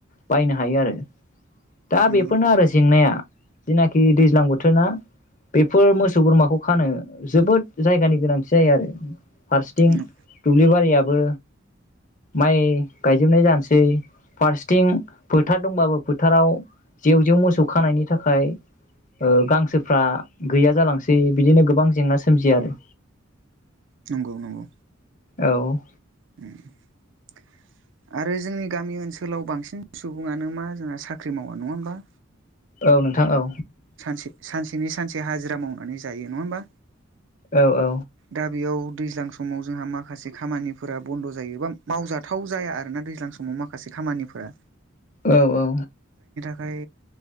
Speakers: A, on the left; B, on the right.
A: बायनो हायो आरो दा
B: नंगौ
A: बेफोरनो आरो जेंनाया। जेनाखि दैज्लां बोथोर ना बेफोर मोसौ बोरमाखौ खानो जोबोद जायगानि गोनांथि जायो आरो फारसेथिं
B: नंगौ
A: दुब्लिबारिया बो माइ गायजोबनाय जानोसै फारसेथिं फोथार दंबाबो फोथाराव जेव जेव मोसौ खानायनि थाखाय ओ गांसोफ्रा गैया जालांसै बिदिनो गोबां जेंना सोमजियो आरो
B: नंगौ नंगौ
A: औ
B: उम आरो जोंनि गामि ओनसोलाव बांसिन सुबुङानो मा जोंना साख्रि मावा नङा होमबा
A: औ नोंथां औ
B: सानसे सानसेनि सानसे हाजिरा मावनानै जायो नङा होमबा
A: औ औ
B: दा बेयाव दैज्लां समाव जोंहा माखासे खामानिफोरा बन्द' जायोबा मावजाथाव जाया आरोना दैज्लां समाव माखासे खामानिफोरा
A: औ औ
B: ओमफ्राय